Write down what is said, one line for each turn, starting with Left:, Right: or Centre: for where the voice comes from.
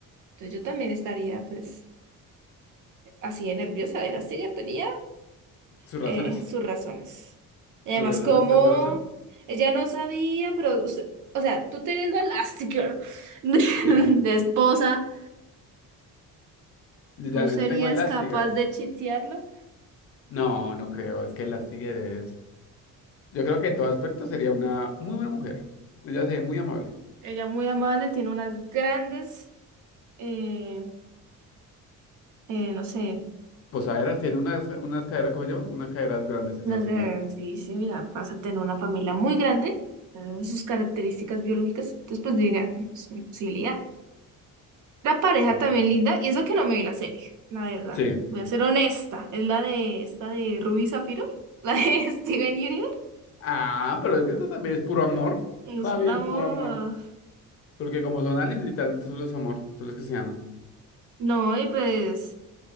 Right: entonces yo también estaría pues así de nerviosa, de la tenía.
Left: ¿Sus
Right: eh,
Left: razones?
Right: sus razones. Y además,
Left: ¿Celosa?
Right: como
Left: ¿Estás celosa?
Right: ella no sabía, pero, us- o sea, tú teniendo a Elastigirl <laughs> de,
Left: Sí.
Right: de esposa,
Left: Literalmente
Right: ¿tú serías
Left: tengo Elastigirl.
Right: capaz de chitearla?
Left: No, no creo. Es que Elastigirl es. Yo creo que en todo aspecto sería una muy buena mujer. Ella se ve muy amable.
Right: Ella muy amable, tiene unas grandes, eh, eh, no sé,
Left: Posaderas tiene unas, unas caderas, ¿cómo se llama? Unas caderas grandes esa
Right: unas
Left: señora.
Right: grandes, dice, mira, vas a tener una familia muy grande, eh, sus características biológicas, entonces pues yo diría, "Ay, pues, mi posibilidad. La pareja
Left: Mm.
Right: también linda, y eso que no me vi la serie, la verdad.
Left: Sí.
Right: Voy a ser honesta, es la de esta de Ruby Zafiro, <laughs> la de Steven Universe.
Left: Ah, pero es que esto también es puro amor.
Right: Nos
Left: Está
Right: fundamos.
Left: bien, puro amor. Porque como son aliens, literalmente solo es amor. Solo es que se aman.
Right: No, y pues